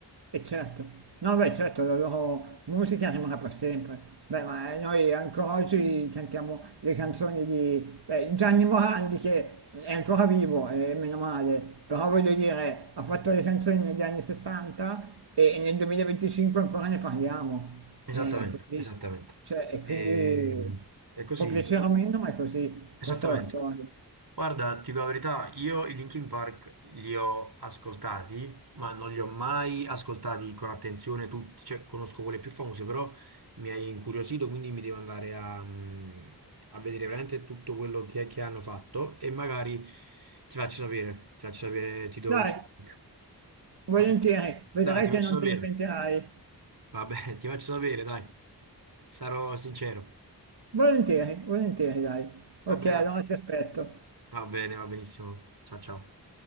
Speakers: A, on the right; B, on the right.
A: E certo, no beh certo la loro musica rimarrà per sempre. Beh ma eh, noi ancora oggi cantiamo le canzoni di beh, Gianni Morandi che è ancora vivo e meno male, però voglio dire ha fatto le canzoni negli anni 60 e nel 2025 ancora ne parliamo.
B: Esattamente,
A: E così,
B: esattamente.
A: cioè, e
B: E,
A: quindi
B: è così,
A: può piacere o meno ma è così,
B: esattamente.
A: questa è la storia.
B: Guarda, ti dico la verità, io i Linkin Park li ho ascoltati, ma non li ho mai ascoltati con attenzione tutti, cioè conosco quelle più famose, però mi hai incuriosito, quindi mi devo andare a, mm, a vedere veramente tutto quello che, che hanno fatto e magari ti faccio sapere, ti faccio sapere, ti do
A: Dai,
B: un link.
A: volentieri,
B: Va bene?
A: vedrai
B: Dai, ti
A: che
B: faccio
A: non
B: sapere,
A: te ne pentirai.
B: va bene, <laughs> ti faccio sapere, dai, sarò sincero,
A: Volentieri, volentieri, dai. Ok,
B: va bene,
A: allora ti aspetto.
B: va bene, va benissimo, ciao ciao.